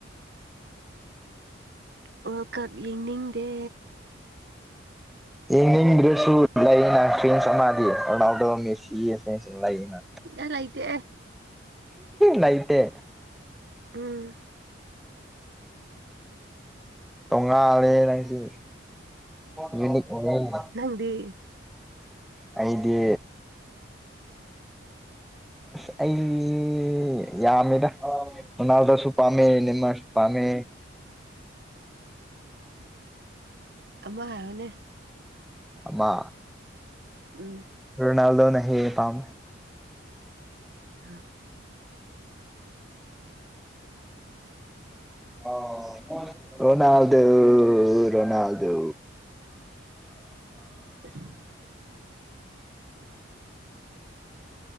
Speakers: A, on the right; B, in the centre.
A: ꯋꯥꯔꯜ ꯀꯞ ꯌꯦꯡꯅꯤꯡꯗꯦ
B: ꯌꯦꯡꯅꯤꯡꯗ꯭ꯔꯁꯨ ꯂꯩꯅ ꯐ꯭ꯔꯦꯟꯁ ꯑꯃꯗꯤ ꯔꯣꯅꯥꯜꯗꯣ ꯃꯦꯁꯤ ꯐꯦꯟꯁ ꯂꯩꯅ
A: ꯏꯅꯥ ꯂꯩꯇꯦ
B: ꯅꯩꯇꯦ
A: ꯎꯝ
B: ꯇꯣꯡꯉꯥꯜꯂꯦ ꯅꯪꯁꯤ ꯌꯨꯅꯤꯛ ꯑꯣꯏꯌꯦ
A: ꯍꯪꯗꯤ
B: ꯑꯩꯗꯤ ꯑꯁ ꯑꯩ ꯌꯥꯝꯃꯤꯗ ꯔꯣꯅꯥꯜꯗꯣꯁꯨ ꯄꯥꯃꯦ ꯅꯦꯃꯥꯔꯁꯨ ꯄꯥꯝꯃꯦ
A: ꯑꯃ ꯍꯥꯏꯌꯣꯅꯦ
B: ꯑꯃꯥ
A: ꯎꯝ
B: ꯔꯣꯅꯥꯜꯗꯣꯅ ꯍꯦ ꯄꯥꯝ
A: ꯑꯥ
B: ꯑꯣ ꯔꯣꯅꯥꯜꯗꯣ ꯔꯣꯅꯥꯜꯗꯣ
A: <inaudible>